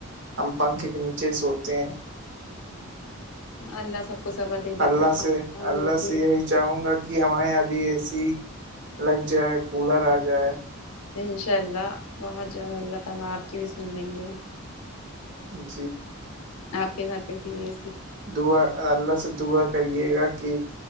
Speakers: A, on the right; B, on the left.
A: ہم پنکھے کے نیچے سوتے ہیں
B: اللہ سب کو زبر دے دیتا
A: اللہ
B: ہے پنا
A: سے
B: ہو
A: اللہ
B: یا پھر
A: سے یہی چاہوں گا کہ ہمارے یہ ابھی اے سی لگ جائے کولر آ جائے
B: انشاءاللہ بہت جلد اللہ تعالی اپ کی بھی زندگی ایم
A: ن
B: آپ کے گھر پہ بھی یہ
A: دعا اللہ سے دعا کریے گا کہ